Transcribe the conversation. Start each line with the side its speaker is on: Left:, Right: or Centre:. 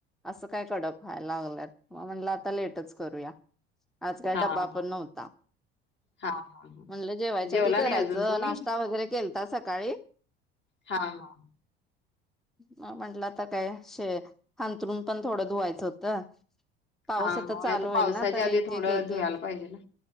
Centre: असं काय कडप व्हायला लागलंत मग म्हटलं आता लेटच करूया. आज काय
Left: हा
Centre: डब्बा
Left: हा
Centre: पण नव्हता.
Left: हा हा हा
Centre: म्हणलं जेवायच्या
Left: जेवला
Centre: आधी करायचं
Left: नाही अजून तुम्ही
Centre: नाश्ता वगैरे केलता सकाळी.
Left: हा हा
Centre: म्हटलं आता काये शे अंथरून पण थोडं धुवायचं होतं. पाऊस
Left: हा
Centre: आता
Left: होय
Centre: चालु होईल
Left: पावसाच्या
Centre: ना तर
Left: आधी
Centre: एक
Left: थोडं
Centre: एक एक
Left: धुवायला
Centre: एक
Left: पाहिजे ना